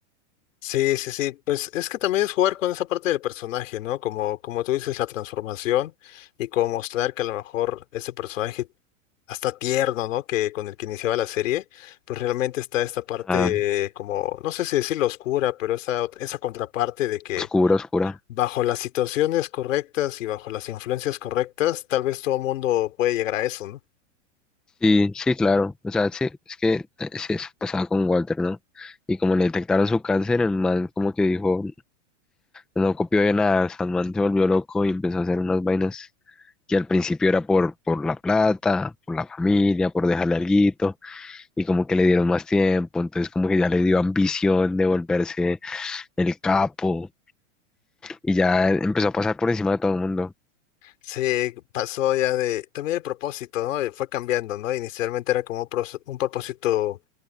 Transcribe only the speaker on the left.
sí, sí, sí. Pues es que también es jugar con esa parte del personaje, ¿no? Como, como tú dices, la transformación y como mostrar que a lo mejor ese personaje hasta tierno, ¿no? Que con el que iniciaba la serie, pues realmente está esta parte
como, no sé si decirlo oscura, pero esa, ot- esa contraparte de que
bajo las situaciones correctas y bajo las influencias correctas, tal vez todo mundo puede llegar a eso, ¿no?
Se pasó ya de, también el propósito, ¿no? Fue cambiando, ¿no? Inicialmente era como un pros- un propósito